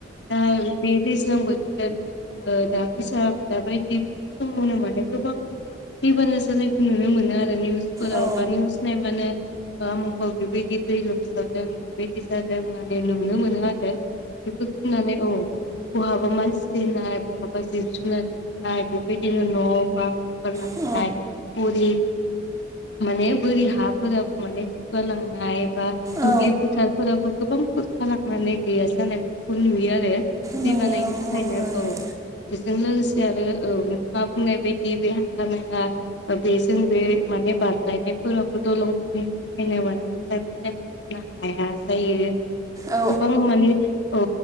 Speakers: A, on the left (about 70°); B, on the right (about 20°).
A: दा बे दैज्लां बोथोर दैसा दाबायदि समावनोमोन गोबां फैबानो जानायखौ नुनो मोनो आरो निउसफोराव
B: औ
A: बा निउस नायबानो मा मुगाव बेबायदि दै लोमसावदों बेबायदि जादों होननानै नुनो मोनो आरो बेखौनानै औ बहाबा मानसि थैनाय बहाबा जिब जुनार थैनाय बेबायदिनो न' ब लां
B: औ
A: फुर <unintelligible> माने बोरि हाफोराबो माने खुगालांनाय बा दुब्लि
B: औ
A: फोथारफोरावबो गोबां खुरखा लांनानै गैया जानाय बेफोरखौ नुयो आरो
B: नुयो
A: दै बानायनि
B: औ
A: थाखायनो
B: नुयो
A: औ बेजों लोगोसे आरो औ नोंथाङा बुंनाय बायदि बे बे हानथा मेला बेजों बे माने बारलायनायफोराबो दलंफोरनि थाखायनो मान थांलाय फैलाय नो हाया जायो
B: औ
A: गोबां माने औ